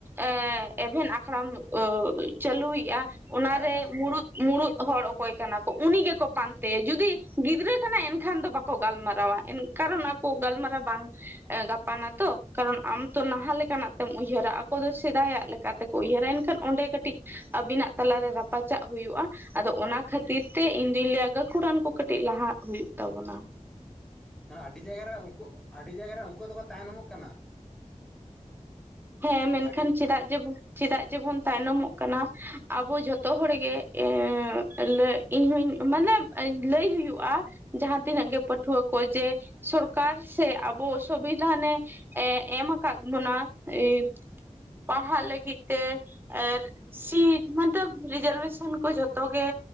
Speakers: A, on the right; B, in the centre.
A: ᱮᱸᱻ ᱮᱵᱷᱮᱱ ᱟᱠᱷᱲᱟᱢ ᱳᱜᱻ ᱪᱟᱹᱞᱩᱭᱮᱜᱼᱟ᱾ ᱚᱱᱟᱨᱮ
B: ᱦᱮᱸ ᱦᱮᱸ
A: ᱢᱩᱲᱩᱫ ᱢᱩᱲᱩᱫ ᱦᱚᱲ ᱚᱠ ᱚᱠᱚᱭ ᱠᱟᱱᱟ ᱠᱚ ᱩᱱᱤ ᱜᱮᱠᱚ ᱯᱟᱱᱛᱮᱭᱟ᱾ ᱡᱩᱫᱤ ᱜᱤᱫᱽᱨᱟᱹ ᱠᱟᱱᱟᱭ ᱮᱱᱠᱷᱟᱱ ᱫᱚ ᱵᱟᱠᱚ ᱜᱟᱞᱢᱟᱨᱟᱣᱟ᱾ ᱮᱱ ᱠᱟᱨᱚᱱ ᱟᱠᱼᱼ ᱠᱚ ᱜᱟᱞᱢᱟᱨᱟᱣ ᱵᱟᱝ ᱜᱟᱯᱟᱱᱟ ᱛᱚ ᱠᱟᱨᱚᱱ ᱟᱢ ᱛᱚ ᱱᱟᱦᱟᱜ ᱞᱮᱠᱟᱱᱟᱜ ᱛᱮᱢ ᱩᱭᱦᱟᱹᱨᱟ ᱟᱠᱚ ᱫᱚ ᱥᱮᱫᱟᱭᱟᱜ ᱞᱮᱠᱟ ᱠᱟᱛᱮ ᱠᱚ ᱩᱭᱦᱟᱹᱨᱟᱹ ᱮᱱᱠᱷᱟᱱ ᱚᱸᱰᱮ ᱠᱟᱹᱴᱤᱡ ᱟᱹᱵᱤᱱᱟᱜ ᱛᱟᱞᱟ ᱨᱮ ᱨᱟᱯᱟᱪᱟᱜ ᱦᱩᱭᱩᱜᱼᱟ᱾ ᱟᱫᱚ ᱚᱱᱟ ᱠᱷᱟᱹᱛᱤᱨ ᱛᱮ ᱤᱧ ᱫᱩᱧ ᱞᱟᱹᱭᱟ ᱜᱟᱹᱠᱷᱩᱲᱟᱱ ᱠᱚ ᱠᱟᱹᱴᱤᱡ ᱞᱟᱦᱟᱜ ᱦᱩᱭᱩᱜ ᱛᱟᱵᱚᱱᱟ᱾
B: ᱢᱟᱱᱮ ᱟᱹᱰᱤ ᱡᱟᱭᱜᱟ ᱨᱮ ᱚᱝᱠᱳ ᱟᱹᱰᱤ ᱡᱟᱭᱜᱟ ᱨᱮ ᱚᱝᱠᱳ ᱦᱚ ᱛᱚ ᱠᱚ ᱛᱟᱭᱱᱚᱢᱚᱜ ᱠᱟᱱᱟ᱾
A: ᱦᱮᱸ ᱢᱮᱱᱠᱷᱟᱱ
B: ᱟᱹᱰᱤ
A: ᱪᱮᱫᱟᱜ ᱡᱮ ᱵᱚ ᱪᱮᱫᱟᱜ ᱡᱮᱵᱚᱱ ᱛᱟᱭᱱᱚᱢᱚᱜ ᱠᱟᱱᱟ ᱟᱵᱚ ᱡᱚᱛᱚ ᱛᱚ ᱦᱚᱲᱜᱮ ᱮᱸᱻ᱾ ᱞᱟᱹ ᱤᱧᱦᱩᱧ ᱢᱟᱱᱮ ᱞᱟᱹᱭ ᱦᱩᱭᱩᱜᱼᱟ ᱡᱟᱦᱟᱸ ᱛᱤᱱᱟᱹᱜ ᱜᱮ ᱯᱟᱹᱴᱷᱩᱣᱟᱹ ᱠᱚ ᱡᱮ ᱥᱚᱨᱠᱟᱨ ᱥᱮ ᱟᱵᱚ ᱥᱚᱵᱤᱫᱷᱟᱱᱮ ᱮᱸ ᱮᱢ ᱟᱠᱟᱫ ᱵᱚᱱᱟ᱾ ᱮ ᱯᱟᱲᱦᱟᱜ ᱞᱟᱹᱜᱤᱫ ᱛᱮ ᱟᱨ ᱥᱤᱴ ᱢᱚᱱᱛᱚᱵᱽ ᱨᱤᱡᱟᱨᱵᱷᱮᱥᱚᱱ ᱠᱚ ᱡᱚᱛᱚ ᱜᱮ